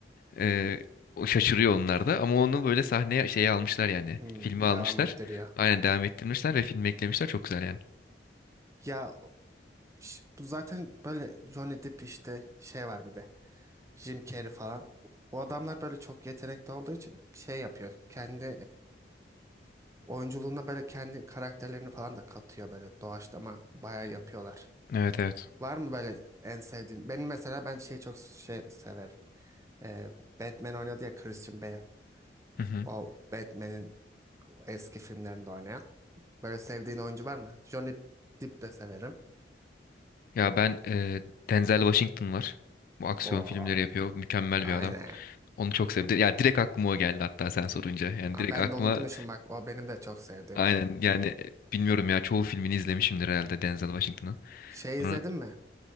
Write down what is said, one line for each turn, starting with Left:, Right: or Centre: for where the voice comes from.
Left: Ee, o şaşırıyor onlar da ama onu böyle sahneye şeye almışlar yani.
Right: hı,
Left: Filme almışlar.
Right: devam ettiriyor.
Left: Aynen devam ettirmişler ve filme eklemişler. Çok güzel yani.
Right: Ya ş- bu zaten böyle Johnny Depp işte şey var bir de. Jim Carrey falan. O adamlar böyle çok yetenekli olduğu için şey yapıyor. Kendi Oyunculuğuna böyle kendi karakterlerini falan da katıyor böyle doğaçlama bayağı yapıyorlar.
Left: Evet evet.
Right: Var mı böyle en sevdiğin? Benim mesela ben şeyi çok şey severim. Ee, Batman oynadı ya Christian Bale.
Left: Hı hı.
Right: O Batman'in eski filmlerinde oynayan. Böyle sevdiğin oyuncu var mı? Johnny Depp de severim.
Left: Ya ben e, Denzel Washington var. Bu aksiyon
Right: Oo,
Left: filmleri yapıyor. Mükemmel
Right: aynen.
Left: bir adam. Onu çok sevdim. Ya direkt aklıma o geldi hatta sen sorunca. Yani
Right: Aa,
Left: direkt
Right: ben
Left: aklıma
Right: de unutmuşum bak o benim de çok sevdiğim
Left: Aynen
Right: aynı.
Left: yani e, bilmiyorum ya çoğu filmini izlemişimdir herhalde Denzel Washington'ın.
Right: Şey
Left: Sonra
Right: izledin mi?